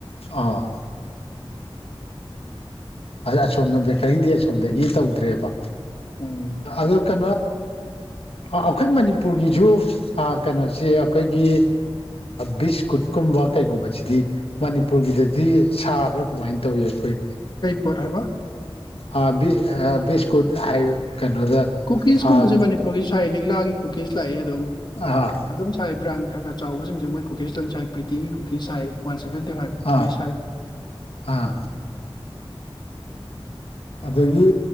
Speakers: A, on the left; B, on the left.
A: ꯑꯥ ꯑꯁꯣꯝꯅ ꯕꯦꯀꯔꯤꯗꯤ ꯑꯁꯣꯝꯗꯒꯤ ꯇꯧꯗ꯭ꯔꯦꯕ
B: ꯎꯝ
A: ꯑꯗꯨ ꯀ ꯑꯩꯈꯣꯏ ꯃꯅꯤꯄꯨꯔꯒꯤꯁꯨ ꯀꯩꯅꯣꯁꯦ ꯑꯩꯈꯣꯏꯒꯤ ꯕꯤꯁ ꯀꯨꯝ ꯀꯩꯒꯨꯝꯕꯁꯤꯗꯤ ꯃꯅꯤꯄꯨꯔꯗꯗꯤ ꯁꯥꯕ꯭ꯔꯥ ꯀ ꯇꯧꯋꯤ ꯑꯩꯈꯣꯏ
B: ꯀ ꯊ ꯍꯥꯏꯕ
A: ꯑ ꯕꯤꯁꯀꯨꯠ ꯍꯥꯏ ꯀꯩꯅꯣꯗ
B: ꯀꯨꯀꯤꯁꯀꯨꯝꯕꯁꯦ
A: ꯑꯥ
B: ꯃꯅꯤꯄꯨꯔꯒꯤ ꯁꯥꯏ ꯂꯤꯛꯂꯥꯒꯤ ꯀꯨꯀꯤꯁ ꯂꯥꯛꯑ ꯑꯗꯨꯝ
A: ꯑꯥ
B: ꯑꯗꯨꯝ ꯁꯥꯏ ꯕ꯭ꯔꯥꯟ ꯈꯔ ꯈꯔ ꯆꯥꯎꯕꯁꯤꯡꯁꯦ ꯃꯣꯏ ꯀꯨꯀꯦꯁꯇꯪꯁꯥꯏ ꯄ꯭ꯔꯤꯇꯤꯒꯤ ꯄꯁꯥꯏ ꯋꯥꯟ ꯁꯚꯦꯟꯇ ꯐ ꯀ
A: ꯑꯥ
B: ꯄꯁꯥꯏ
A: ꯑꯥ ꯑꯗꯒꯤ